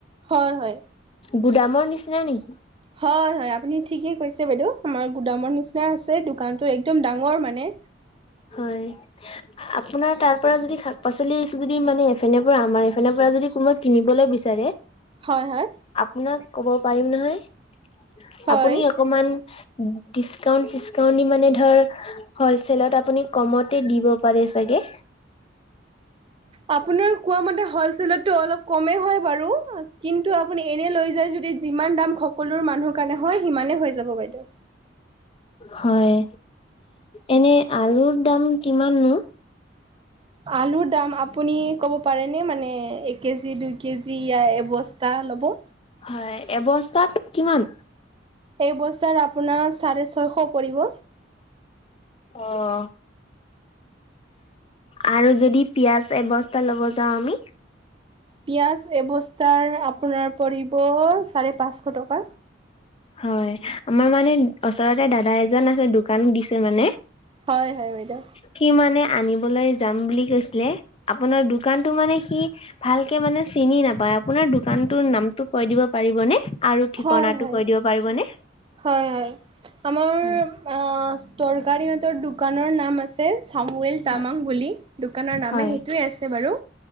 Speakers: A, on the right; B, on the left.
A: হয় হয়
B: গুদামৰ নিচিনা নেকি
A: হয় হয় আপুনি ঠিকে কৈছে বাইদেউ আমাৰ গোদামৰ নিচনা আছে দোকানতো একদম ডাঙৰ মানে
B: হয় আপোনাৰ তাৰ পৰা যদি শাক পাচলি যদি মানে এফেনে পৰা আমাৰ এফেনৰ পৰা যদি কোনোবা কিনিবলৈ বিচাৰে
A: হয় হয়
B: আপোনাক ক'ব পাৰিম নহয়
A: হয়
B: আপুনি অকমান ডিচকাউন্ট চিচকাউণ্ট দি মানে ধৰ হলচেলত আপুনি কমতে দিব পাৰে চাগে
A: আপোনাৰ কোৱা মতে হ'লচেলততো অলপ কমেই হয় বাৰু কিন্তু আপুনি এনে লৈ যায় যদি যিমান দাম হক সকলো মানুহৰ কাৰণে হয় সিমানেই হৈ যাব বাইদেউ
B: হয় এনে আলুৰ দাম কিমাননো
A: আলুৰ দাম আপুনি ক'ব পাৰেনে মানে কেজি দুই কেজি ইয়া এবস্তা ল'ব
B: হয় এবস্তাত কিমান
A: এই বস্তাত আপোনাৰ চাৰে ছয়শ পৰিব
B: অহ আৰু যদি পিয়াজ এবস্তা ল'ব যাও আমি
A: পিঁয়াজ এবস্তাৰ আপোনাৰ পৰিব চাৰে পাঁচশ টকা
B: হয় আমাৰ মানে ওচৰতে দাদা এজন আছে দোকান দিছে মানে
A: হয় হয় বাইদেউ
B: সি মানে আনিবলৈ যাম বুলি কৈছিলে আপোনাৰ দোকানতো মানে সি ভালকে মানে চিনি নাপায় আপোনাৰ দোকানটোৰ নামটো কৈ দিব পাৰিবনে আৰু ঠিকনাটো
A: হয় হয়
B: কৈ দিব পাৰিবনে
A: হয় হয় আমাৰ
B: হয়
A: আ তৰকাৰীহঁতৰ দোকানৰ নাম আছে চামৱেল তামাং
B: হয়।
A: বুলি দোকানৰ নামে
B: হয়
A: সেইটোৱে আছে বাৰু